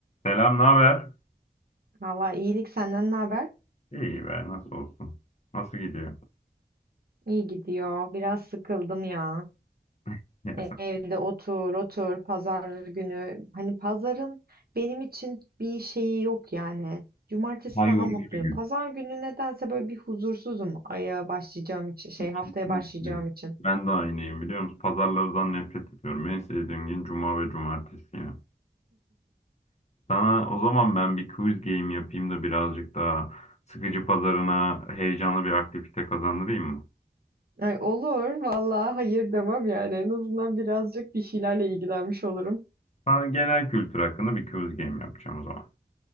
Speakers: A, on the left (about 40°); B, on the right (about 60°).
A: Selam, ne haber?
B: Valla iyilik senden ne haber?
A: İyi be, nasıl olsun? Nasıl gidiyor?
B: İyi gidiyor. Biraz sıkıldım ya.
A: <laughs> Sen-
B: E- Evde otur otur pazar günü. Hani pazarın benim için bir şeyi yok yani. Cumartesi
A: Daha
B: daha
A: yorucu
B: mutluyum.
A: bir gün.
B: Pazar günü nedense böyle bir huzursuzum aya başlayacağım için şey
A: <laughs>
B: haftaya
A: Kesinlikle.
B: başlayacağım için.
A: Ben de aynıyım biliyor musun? Pazarlardan nefret ediyorum. En sevdiğim gün cuma ve cumartesi ya. Sana o zaman ben bir quiz game yapayım da birazcık daha sıkıcı pazarına heyecanlı bir aktivite kazandırayım mı?
B: Ay, olur valla hayır demem yani. En azından birazcık bir şeylerle ilgilenmiş olurum.
A: Sana genel kültür hakkında bir quiz game yapacağım o zaman.